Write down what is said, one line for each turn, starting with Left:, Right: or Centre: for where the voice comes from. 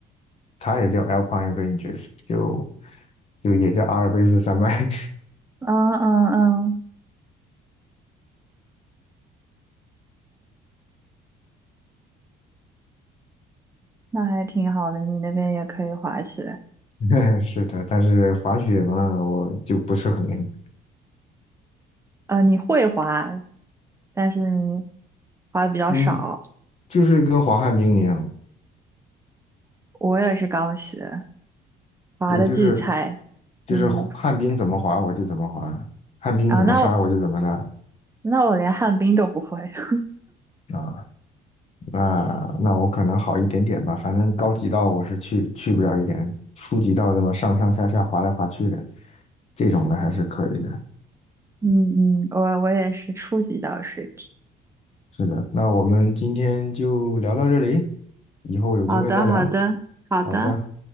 Left: 它也叫 Alpine Ranges，就就也叫阿尔卑斯山脉。
Right: 嗯嗯嗯，那还挺好的。你那边也可以滑雪，
Left: <laughs> 是的，但是滑雪嘛，我就不是很灵。
Right: 呃，你会滑，但是你滑的比较少。
Left: 嗯，就是跟滑旱冰一样。
Right: 我也是刚学，滑的巨菜。
Left: 对，就是就是旱冰怎么滑我就怎么滑，
Right: 嗯
Left: 旱冰怎么杀我就怎么杀
Right: 啊，那我那我连旱冰都不会。<laughs>
Left: 啊。那那我可能好一点点吧，反正高级道我是去去不了一点，初级道对么上上下下滑来滑去的，这种的还是可以的。
Right: 嗯嗯，我我也是初级到水平。
Left: 是的，那我们今天就聊到这里，以后有机会再聊。
Right: 好的，好的，好的。
Left: 好的。